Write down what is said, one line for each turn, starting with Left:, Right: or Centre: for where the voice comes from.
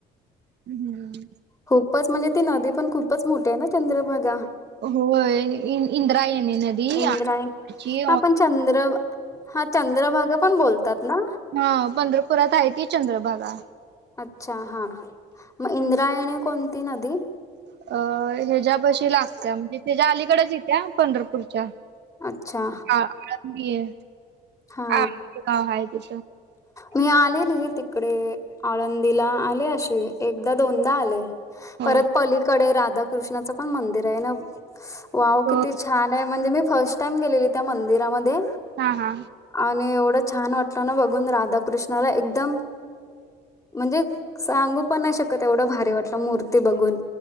Right: हम्म.
Left: खूपच म्हणजे ती नदी पण खूपच मोठी आहे ना चंद्रभागा.
Right: होय इंद्रा इंद्रायणी नदी.
Left: इंद्रायणी
Right: ची
Left: हा पण चंद्र हा चंद्रभागा पण बोलतात ना.
Right: हा पंढरपुरात आहे ती चंद्रभागा.
Left: अच्छा हा मग इंद्रायण कोणती नदी.
Right: अ हिज्या पशी लागत्या म्हणजे तिच्या अलीकडच येत्या पंढरपूरच्या
Left: अच्छा
Right: आळंदी हे
Left: हा
Right: आमच गाव आहे तिथ
Left: मी आलेली तिकडे आळंदीला आले अशी एकदा दोनदा आले
Right: हो
Left: परत पलीकडे राधाकृष्णाचं पण मंदिर आहे ना वाव
Right: हो
Left: किती छान आहे म्हणजे मी फर्स्ट टाइम गेलेली त्या मंदिरामध्ये
Right: हा हा
Left: आणि एवढं छान वाटत ना बघून राधाकृष्णाला एकदम म्हणजे सांगू पण नाही शकत एवढं भारी वाटलं मूर्ती बघून